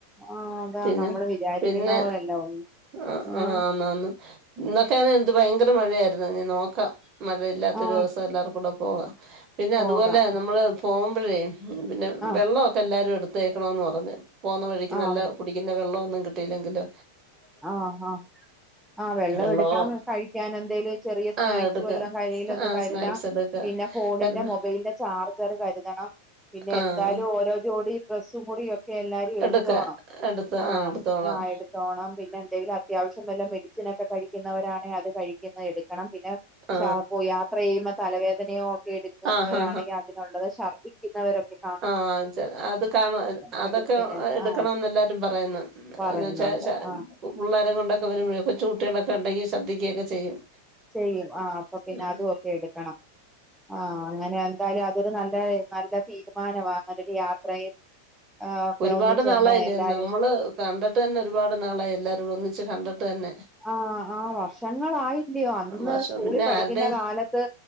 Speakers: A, in the centre; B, on the right.
A: ആഹ് അതാ
B: പിന്നെ
A: നമ്മള് വിചാരിക്കുന്ന
B: പിന്നെ
A: പോലല്ല ഒന്നും
B: ആഹ്
A: ഏഹ്
B: ആഹ് ആന്ന് ആന്ന് ഇന്നൊക്കെയാണ് എന്ത് ഭയങ്കര മഴയായ്ര്ന്ന്. എന്നാ ഇഞ് നോക്കാം മറ്റെ ത്ത്
A: ആഹ്
B: ഒര് ദുവ്സം എല്ലാർക്കും കൂടെ പോകാം പിന്നെ
A: പോകാം
B: അതുപോലെ നമ്മെൾ പോ പ്പഴെ ഉം പിന്നെ
A: ആഹ്
B: വെള്ള ഒക്കെ എല്ലാരും എട് ത്തെക്കണോന്ന് പറഞ്ഞ് പോവുന്ന വഴിക്ക്
A: ആഹ്
B: നല്ല കുടിക്കുന്ന വെള്ളം ഒന്നും കിട്ടിയില്ലെങ്കിലോ?
A: ആഹ് ആഹ് ആഹ് വെള്ളം
B: വെള്ളമോ
A: എടുക്കാം കഴിക്കാൻ എന്തെലും ചെറിയ സ്നാക്സ്
B: ആഹ് എടുക്ക
A: വല്ലൊം കഴിയിൽ ന്തെലും ഒന്ന്
B: ആഹ്
A: കരുതാം
B: സ്നാക്സ് എടുക്ക
A: പിന്നെ ഫോണിന്റെ
B: വരുന്ന
A: മൊബൈലിന്റെ ചാർജെർ കരുതെണം പിന്നെ
B: ആഹ്
A: എന്തായാലും ഓരോ ജോഡി ഡ്രസും കൂടി ക്കെ എല്ലാരും
B: എടുക്കാ
A: എട്ത്തോണം
B: എടുത്ത്
A: ആഹ്
B: ആ എടുത്തോളാം
A: ആഹ് എട്ത്തോണം പിന്നെ എന്തെങ്കിലും അത്യവശ്യം വല്ല മെഡിസിനൊക്കെ കഴി ക്കിന്നവരാണെ അത് കഴിക്കിന്നെ എട്ക്കെണം പിന്നെ
B: ആ
A: ചാ പോയി യാത്ര ചെയ്യുമ്പം തലവേദനയോ എടുക്കുന്നവരാണെങ്കി
B: ആ ഹാ
A: അതിനുള്ളത് ശർദ്ദിക്കുന്നവരൊക്കെ
B: ആഹ് അഹ് ചെ അത് കാണ
A: മെഡിസിന്
B: അതൊക്കെ എട്ക്കണംന്ന്
A: ആ
B: എല്ലാരും പ ഇന്നും
A: പറയുന്നുണ്ട്
B: ഇന്ന് വച്ചാ ച
A: ആ
B: പുള്ളാരെം കൊണ്ടൊക്കെ വരുമ്പോഴ കൊച്ച് കുട്ടി കുട്ട്യേളൊക്കെ ഇണ്ടെങ്കി ശ്രദ്ധിക്ക്യെക്കെ ചെയ്യും
A: ചെയ്യും ആഹ് അപ്പൊ പിന്നെ
B: ഉം
A: അതും ഒക്കെ എട്ക്കണം ആഹ് അങ്ങനെ ഏതായാലും അതൊരു നല്ല നല്ല തീരുമാനമാ അങ്ങനൊരു യാത്രയും ഒക്കെ
B: ഒരുപാട്
A: ഒന്നിച്ചൊന്ന്
B: നാളായില്ലേ
A: എല്ലാരും
B: നമ്മള് കണ്ടട്ട് തന്നെ ഒരുപാട് നാളായി എല്ലാരോടും ഒന്നിച്ച് ച്ച് കണ്ടിട്ട് തന്നെ
A: ആഹ് ആഹ് വർഷങ്ങളായില്ലയോ അന്ന്
B: വർഷം
A: സ്കൂളി
B: പിന്നെ
A: പഠിക്കുന്ന
B: ആരുടെയും
A: കാലത്ത്